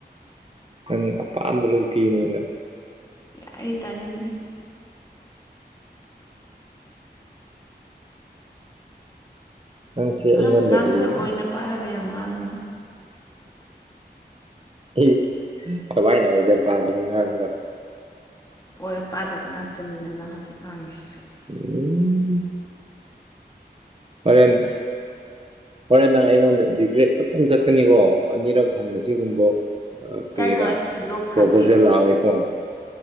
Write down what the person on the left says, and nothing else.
ꯌꯥꯏꯌꯦ ꯇꯥꯅꯤꯡꯗꯦ
ꯅꯪ ꯅꯪꯁꯦ
ꯑꯣꯏꯗ ꯄꯥꯗꯕ ꯌꯥꯝ ꯉꯥꯡꯉꯦꯗ
ꯑꯣꯏ ꯄꯥꯗꯕ ꯉꯥꯛꯇꯅꯤꯅ ꯅꯪ ꯍꯧꯖꯤꯛ ꯍꯥꯡꯉꯤꯁꯤꯁꯨ
ꯆꯠꯂꯣꯏ ꯕ꯭ꯂꯣꯛ ꯊꯝꯒꯦ